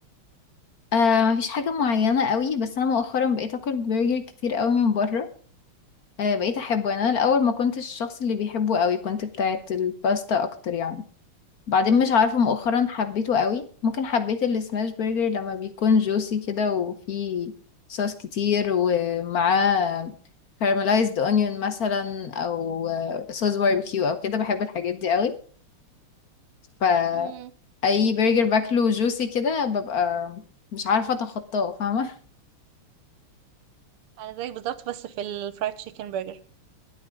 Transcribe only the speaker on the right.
مم.
انا زيك بالظبط بس في الفرايد تشيكن برجر